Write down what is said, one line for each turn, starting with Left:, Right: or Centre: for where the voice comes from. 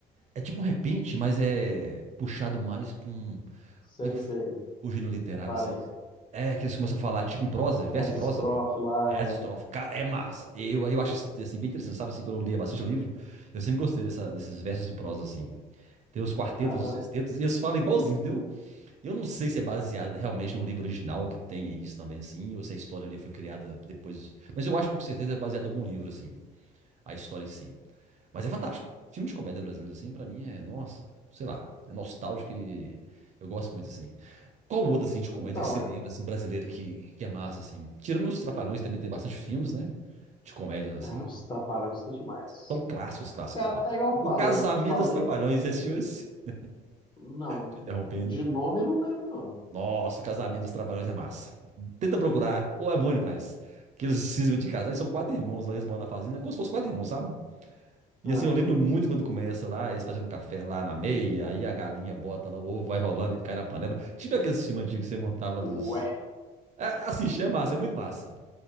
Right: É tipo um repente, mas é puxado mais pra um.
Left: sei,
Right: Como é que.
Left: sei,
Right: f- O gênero literário,
Left: reparei.
Right: assim. É que eles começam a falar, tipo em prosa, verso
Left: Tem as
Right: e
Left: estrofes
Right: prosa.
Left: lá,
Right: Verso,
Left: é.
Right: e estrofe. Cara, é massa. Eu, eu acho isso, assim, bem interessante, sabe? Assim, quando eu lia bastante livro, eu sempre gostei dessa- desses versos em prosa, assim. Tem os quartetos,
Left: Aham.
Right: os sextetos, e eles falam igualzinho, entendeu? Eu não sei se é baseada realmente no livro original, que tem isso também, assim, ou se a história ali foi criada depois. Mas eu acho que com certeza é baseada em algum livro, assim, a história em si. Mas é fantástico. Filme de comédia brasileiro, assim, pra mim é, nossa, sei lá, é nostálgico e eu gosto muito, assim. Qual outra, assim, de comédia
Left: Então,
Right: que você
Left: é.
Right: lembra, assim, brasileira que, que é massa, assim? Tirando os Trapalhões, também tem bastante filmes, né? De comédia, assim.
Left: Ah, os Trapalhões são demais.
Right: São clássicos, clássicos,
Left: Cara,
Right: clássicos.
Left: é igual eu
Right: O
Left: falo,
Right: Casamento
Left: eu falei.
Right: dos Trapalhões, esse filme, <laughs> é-
Left: Não,
Right: te interrompendo.
Left: de nome eu não lembro, não.
Right: Nossa, o casamento dos Trapalhões é massa. Tenta procurar, ou é bom demais. Que eles cismam de casar, e são quatro irmãos lá, eles moram na fazenda, é como se fosse quatro irmãos, sabe? E
Left: Ah,
Right: assim, eu lembro muito quando começa lá, eles fazendo um café lá na meia, aí a galinha bota lá, o ovo vai rolando e cai na panela. Tipo aqueles filmes antigos que você montava ali.
Left: ué,
Right: Os... É, assiste, é massa, é muito massa.